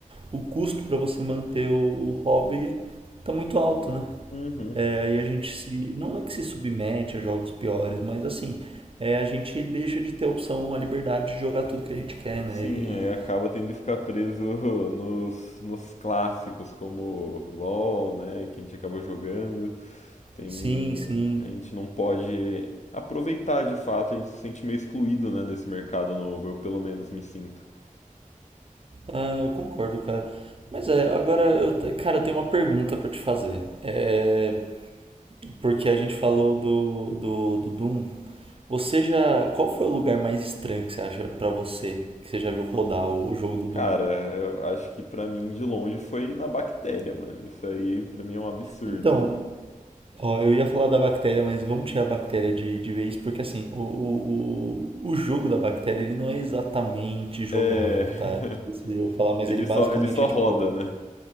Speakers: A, on the right (about 40°); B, on the left (about 55°).
A: o custo para você manter o, o hobby tá muito alto, né?
B: Uhum.
A: É, aí a gente se. Não é que se submete a jogos piores, mas assim, é, a gente deixa de ter a opção, a liberdade de jogar tudo que a gente quer, né?
B: Sim,
A: E
B: aí acaba tendo que ficar preso <laughs> nos, nos clássicos, como LoL, né? Que a gente acabou jogando. Tem.
A: Sim, sim.
B: A gente não pode aproveitar de fato, a gente se sente meio excluído, né, desse mercado novo. Eu pelo menos me sinto.
A: Ah, eu concordo, cara. Mas é, agora eu, te- cara, eu tenho uma pergunta pra te fazer. É, porque a gente falou do, do, do Doom. Você já, qual foi o lugar mais estranho que você acha pra você que você já viu rodar o, o jogo do
B: Cara,
A: Doom?
B: eu acho que pra mim de longe foi na bactéria, mano. Isso aí pra mim é um absurdo.
A: Então, ó, eu ia falar da bactéria, mas vamos tirar a bactéria de, de vez, porque assim, o, o, o o jogo da bactéria ele não é exatamente jogável,
B: É.
A: tá?
B: <laughs>
A: Não sei se eu vou falar, mas
B: Ele
A: ele basicamente
B: só, ele só
A: é
B: roda,
A: tipo
B: né?